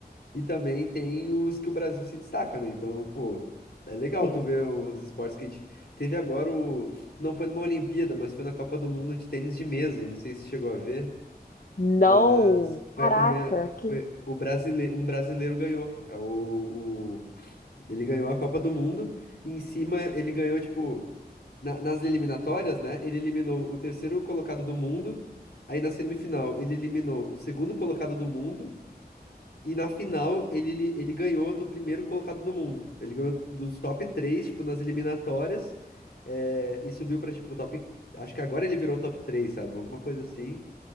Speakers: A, on the left; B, on the left.
A: E também tem os que o Brasil se destaca, né? Então, pô, é legal
B: sim.
A: tu ver os esportes que a gente teve agora o... Não foi numa Olimpíada, mas foi na Copa do Mundo de tênis de mesa. Não sei se chegou a ver,
B: Não.
A: mas foi
B: Caraca,
A: a primeira.
B: que.
A: Foi o brasile... Um brasileiro ganhou. É o... o- Ele ganhou a Copa do Mundo. E em cima ele ganhou, tipo, na- nas eliminatórias, né? Ele eliminou o terceiro colocado do mundo. Aí na semifinal ele eliminou o segundo colocado do mundo. E na final, ele, ele ganhou do primeiro colocado no mundo. Ele ganhou dos top três tipo, nas eliminatórias. é, e subiu pra, tipo, top. Acho que agora ele virou top três sabe? Alguma coisa assim.